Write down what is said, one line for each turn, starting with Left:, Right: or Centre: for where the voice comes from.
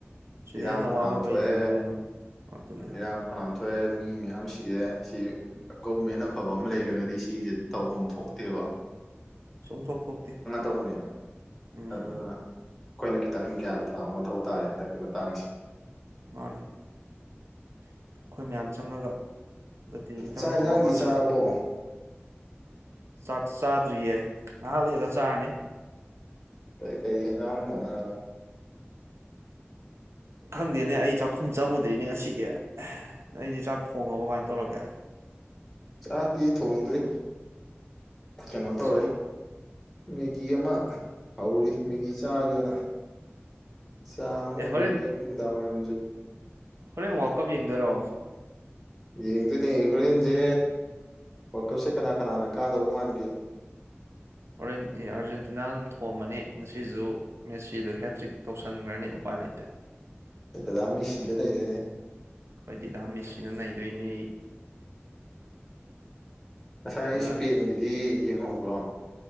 Right: ꯁꯤꯗ
Centre: ꯏꯔꯥꯡ
Right: ꯍꯦꯟꯅ ꯑꯋꯥꯕ
Centre: ꯐꯅꯥ
Right: ꯀꯔꯤ
Centre: ꯊꯣꯛꯑꯦ
Right: ꯊꯦꯡꯅꯗꯣꯏꯅꯣ ꯑꯗꯨꯅꯤ
Centre: ꯏꯔꯥꯡ ꯐꯅꯥꯌꯥꯝ ꯊꯣꯛꯑꯦ ꯃꯤ ꯃꯌꯥꯝ ꯁꯤꯔꯦ ꯁꯤ ꯒꯣꯚꯃꯦꯟ ꯑꯐꯕ ꯑꯃ ꯂꯩꯔꯒꯗꯤ ꯁꯤꯁꯦ ꯇꯧꯕ ꯑꯃ ꯊꯣꯛꯇꯦꯕ
Right: ꯁꯨꯝꯊꯣꯛ ꯊꯣꯛꯇꯦ
Centre: ꯊꯧꯕꯅꯦ
Right: ꯎꯝ
Centre: ꯑꯗꯨꯅ ꯑꯩꯈꯣꯏꯅ ꯈꯤꯇꯪ ꯒ꯭ꯌꯥꯟ ꯇꯥꯕ ꯃꯊꯧ ꯇꯥꯔꯦ ꯍꯟꯗꯛꯀꯤ ꯃꯇꯥꯡꯁꯤ
Right: ꯃꯥꯅꯦ ꯑꯩꯈꯣꯏ ꯃꯌꯥꯝ ꯆꯪꯉꯒ ꯍꯟꯗꯛꯇꯤ ꯈꯤꯇꯪ
Centre: ꯆꯥꯛ
Right: ꯑꯐꯕ
Centre: ꯌꯦꯟꯁꯥꯡꯗꯤ
Right: ꯑꯃ
Centre: ꯆꯥꯔꯕꯣ
Right: ꯁꯦꯝ ꯆꯥꯛ ꯆꯥꯗ꯭ꯔꯤꯌꯦ ꯉꯥꯏꯍꯥꯛ ꯂꯩꯒ ꯆꯥꯔꯅꯤ
Centre: ꯀꯩꯀꯩ ꯍꯦꯟꯖꯥꯡ ꯍꯣꯠꯅꯔꯕ
Right: ꯈꯪꯗꯦꯅꯦ ꯑꯩ ꯆꯥꯛꯈꯨꯝ ꯆꯪꯉꯨꯗ꯭ꯔꯤꯅꯦ ꯉꯁꯤꯒꯤ ꯑꯩꯗꯤ ꯆꯥꯛ ꯊꯣꯡꯉꯕ ꯀꯃꯥꯏꯅ ꯇꯧꯔꯒꯦ
Centre: ꯆꯥꯛꯊꯤ ꯊꯣꯡꯗ꯭ꯔꯤ ꯀꯩꯅꯣ ꯇꯧꯔꯦ
Right: ꯁ꯭ꯀꯨꯜ
Centre: ꯃꯦꯒꯤ ꯑꯃ ꯍꯧꯔꯤ ꯃꯦꯒꯤ ꯆꯥꯒꯦꯅ ꯆꯥ ꯑꯃ
Right: ꯑꯦ ꯍꯣꯔꯦꯟ
Centre: ꯃꯤꯒꯤ ꯑꯃꯨꯗꯥ ꯑꯣꯏꯔꯝꯖꯩ
Right: ꯍꯣꯔꯦꯟ ꯋꯥ ꯀꯞ ꯌꯦꯡꯗꯣꯏꯔꯣ
Centre: ꯌꯦꯡꯗꯣꯏꯅꯦ ꯍꯒꯣꯔꯦꯟꯁꯦ ꯋꯥꯔ ꯀꯞꯁꯦ ꯀꯅꯥ ꯀꯅꯥꯅ ꯀꯥꯗꯧ ꯃꯥꯟꯒꯦ
Right: ꯍꯣꯔꯦꯟ ꯑꯥꯔꯖꯦꯟꯇꯤꯅꯥ ꯑꯗꯨꯝ ꯊꯣꯝꯃꯅꯤ ꯉꯁꯤꯁꯨ ꯃꯦꯠꯁꯤꯗꯣ ꯍꯦꯇ꯭ꯔꯤꯛ ꯇꯧꯁꯟꯈ꯭ꯔꯅꯤ ꯎꯄꯥꯏ ꯂꯩꯇꯦ
Centre: ꯗꯗꯥ ꯃꯤꯁꯤꯗ ꯂꯏꯍꯦ
Right: ꯍꯣꯏꯗꯤꯗꯥ ꯃꯦꯁꯁꯤꯅ ꯅꯩꯗꯣꯏꯅꯦ
Centre: ꯉꯁꯥꯏ
Right: ꯗꯗꯥ
Centre: ꯏꯁꯄꯦꯟꯒꯤꯗꯤ ꯌꯦꯡꯍꯧꯕ꯭ꯔꯣ